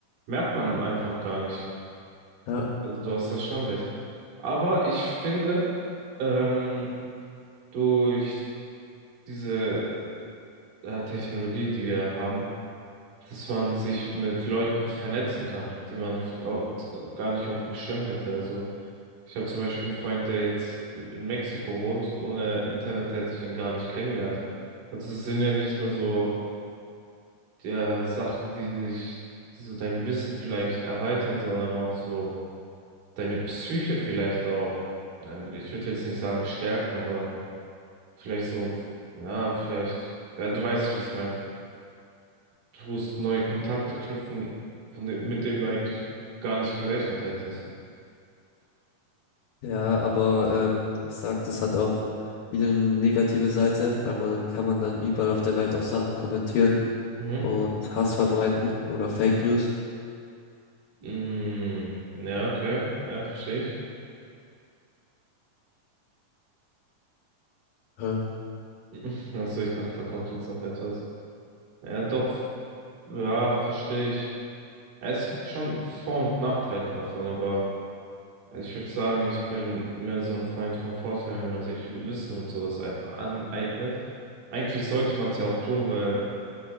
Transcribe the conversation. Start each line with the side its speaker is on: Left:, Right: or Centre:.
Right: merkt man einfach gar nicht.
Left: Ja,
Right: Also du hast da schon recht. Aber ich finde, ähm, durch diese äh, Technologie, die wir haben, dass man sich mit Leuten vernetzen kann, die man f- au- gar nicht auf dem Schirm hätte. Also ich habe zum Beispiel einen Freund, der jetzt in Mexiko wohnt. Ohne Internet hätte ich ihn gar nicht kennengelernt. Also es sind ja nicht nur so äh, Sachen, die dich, die so dein Wissen vielleicht erweitern, sondern auch so deine Psyche vielleicht auch, nein, ich würde jetzt nicht sagen stärken, aber vielleicht so, ja, vielleicht, ja, du weißt, wie ich es meine. Du musst neue Kontakte knüpfen, von, dem- mit dem du eigentlich gar nicht gerechnet hättest.
Left: ja, aber ähm, ich sag, das hat auch wieder eine negative Seite, weil man kann man dann überall auf der Welt auch Sachen kommentieren
Right: Mhm.
Left: und Hass verbreiten oder Fake News.
Right: Mm, ja, okay, ja, verstehe ich.
Left: Ja,
Right: <laughs> Also ich dachte, da kommt jetzt noch etwas. Ja, doch, ja, verstehe ich. Ja, Es gibt schon Vor- und Nachteile davon, aber Also ich würde sagen, ich bin mehr so ein Freund von Vorteilen, wenn man sich Wissen und sowas ein- aneignet. Eigentlich sollte man es ja auch tun, weil